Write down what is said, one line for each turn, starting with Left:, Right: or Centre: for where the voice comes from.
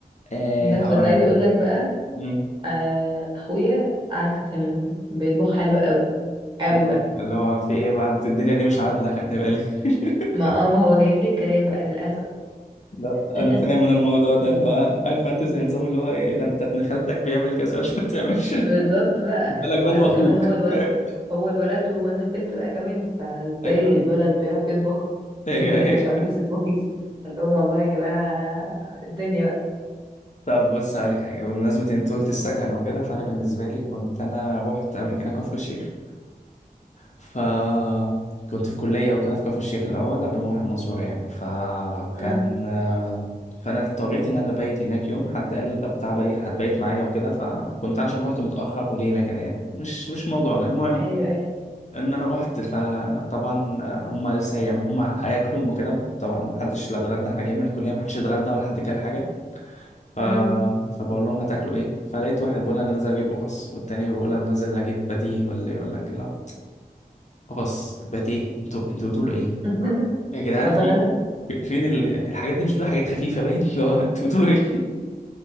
Left: آه
Right: بس
Left: هقول
Right: بس عايزه اقول لك بقى
Left: لك
Right: آه، اخويا عكس تماما بيطبخ حلو قوي قوي
Left: اللي
Right: بقى
Left: هو اللي هو في ايه بقى انت الدنيا دي مش عادلة خلي بالك <laughs>
Right: ما اه ما هو جايب لي الكلام بقى للاسف
Left: لا انا
Right: <laughs>
Left: فاهم انا الموضوع ده اللي هو عارف انت زي نظام اللي هو ايه ده انت ابن خالتك بيعمل كذا وانت ما بتعملش <laughs>
Right: بالظبط بقى
Left: خد بالك بقى
Right: لا
Left: إن هو
Right: وكمان
Left: اخوك
Right: هو الولد
Left: فاهم
Right: هو الولد وانا البنت بقى كمان فازاي
Left: ايوه
Right: الولد بيعرف يطبخ
Left: ايوه
Right: وانت
Left: ايوه
Right: ما بتعرفيش تطبخي قلت لهم والله يا جماعه الدنيا بقى
Left: طب بص هقولك حاجة بمناسبة إن أنت قلت السكن وكده فأنا بالنسبة لي كنت أنا روحت قبل كده كفر الشيخ فكنت في كلية وكده في كفر الشيخ الأول قبل ما أروح المنصورة يعني فكان
Right: امم
Left: فأنا اضطريت إن أنا أبيت هناك يوم حد قال لي طب تعال بي- هتبيت معايا وكده فكنت علشان روحت متأخر وليلة كده يعني مش مش موضوعنا المهم
Right: ايوه ايه
Left: إن أنا روحت فطبعا هما لسه هيعملوا هما هياكلوا وكده طبعا محدش لا اتغدى إحنا جايين من الكلية محدش اتغدى ولا حد كل حاجة ف...
Right: امم
Left: فبقول لهم هتاكلوا ايه فلقيت واحد بيقول انا نازل اجيب قرص والتاني بيقول انا نازل اجيب باتيه ولا يقول لك لا قرص باتيه انتوا انتوا بتقولوا ايه
Right: <laughs>
Left: لا. يا جدعان
Right: هو ده
Left: في
Right: غدا
Left: في- فين ال... الحاجات دي مش بتقول حاجات خفيفه باين <laughs> اللي هو انتوا بتقولوا ايه